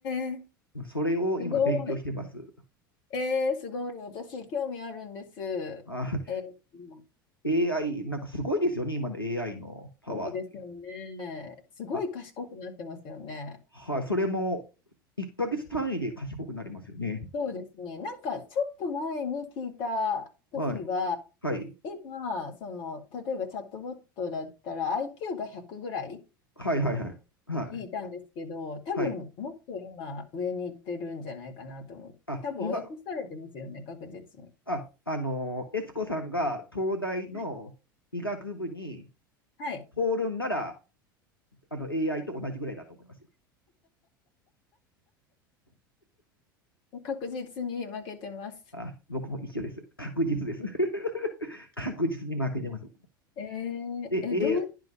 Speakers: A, on the left; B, on the left.
A: ー、
B: それを今勉強してます。
A: すごい。えー、すごい。私、興味あるんです。え
B: あ、
A: ー
B: AI、なんかすごいですよね、今の AI のパワーって。
A: そうですよね。すごい賢くなってますよね。
B: あ、はい、それも1ヶ月単位で賢くなりますよね。
A: そうですね。なんか、ちょっと前に聞いた時は、
B: はい、はい、
A: 今、その、例えばチャットボットだったら IQ が100ぐらい
B: はい、はい、はい、はい、
A: って聞いたんですけど、多分もっと今上に行ってるんじゃないかなと思う。
B: はい。あ、
A: 多分追い越されてますよね、
B: 今、
A: 確実に。
B: あ、あの、悦子さんが東大の医学部に
A: はい。はい
B: 通るんなら、あの AI と同じぐらいだと思いますよ。
A: 確実に負けてます。
B: あ、僕も一緒です。確実です。確実に負けてます。
A: えー、
B: で、
A: え、
B: A、
A: どういう